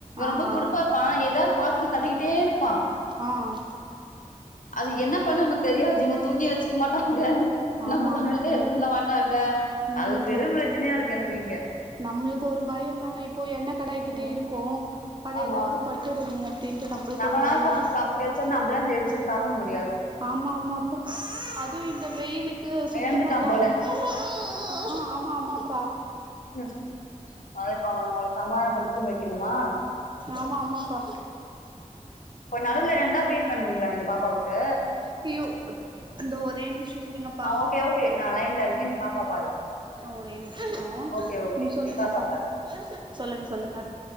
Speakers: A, on the right (about 35°); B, on the left (about 80°).
A: ஆ
B: ரொம்ப
A: ஆ
B: துடுப்பா இருப்பான் எதாது பாத்துரத்த தட்டிக்கிட்டே இருப்பான்
A: ஆஹ்
B: அது என்ன பண்ண எனக்கு தெரியாது இவ தூங்கி வச்சுக்க மாட்டா
A: ஆமா
B: நம்ம சமையழுக்கு
A: ஆமாப்பா
B: ஹெல்ப் பண்ண மாட்டாங்க
A: ம்
B: அது பெரும் பிரச்சனையா இருக் எனக்கு எங்க
A: நம்மளுக்கு ஒரு பயம் தானே இப்போ எண்ண கடாய்கிட்டே
B: ஆமா
A: இருக்கோ அது
B: ஆமா
A: எதாவது பட்டுமோ அப்படின்ட்டு நம்மளுக்கு
B: நம்மளால
A: ஒரு பயம்
B: சாப்ட்டு வச்சா நம்மளா அந்த எரிச்சல் தாங்க மாட்
A: ஆமா ஆமாப்பா அதுவும் இந்த வெயிலுக்கு சுத்தமா
B: எழுந்துட்டான்
A: தாங்க
B: போல
A: முடியும் ஆமா ஆமாப்பா
B: ம் அத இப்ப அவன சமதானப்படுத்தி தூங்க வைக்கணுமா
A: ஆமா ஆமாப்பா
B: இப்ப நடுவுல எழுந்தா ஃபீட் பண்ணுவீங்ளா நீங்க பாப்பாவுக்கு
A: அய்யயோ இந்த ஒரே நிம்சோ இருங்கப்ப
B: ஆ ஓகே ஓகே நா லைன்ல இருக்கே நீ பாப்பா பாரு
A: ஒரே நிம்சோ
B: ஓகே ஓகே
A: உம் சொல்லுங்கப்பா
B: நீ பாப்பா பாரு
A: சொல்லுங்க சொல்லுங்க